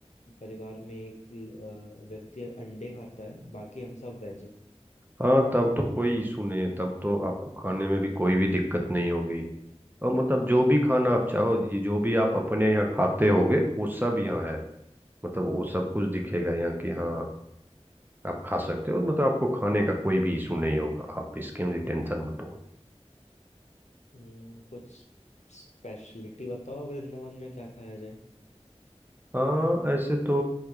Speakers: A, on the left; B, on the right.
A: परिवार में एक आ, व्यक्ति अंडे खाता है बाकी हम सब वेज हैं।
B: हाँ तब तो कोई इशू नहीं है तब तो आपको खाने में भी कोई भी दिक्कत नहीं होगी और मतलब जो भी खाना आप चाहो ये जो भी आप अपने यहाँ खाते होगे वो सब यहाँ है मतलब वो सब कुछ दिखेगा यहाँ कि हाँ आप खा सकते हो मतलब आपको खाने का कोई भी इशू नहीं होगा आप इसकी टेंशन मत लो
A: हम्म, कुछ स्पेशलिटी बताओ वृंदावन में क्या खाया जाए
B: हाँ ऐसे तो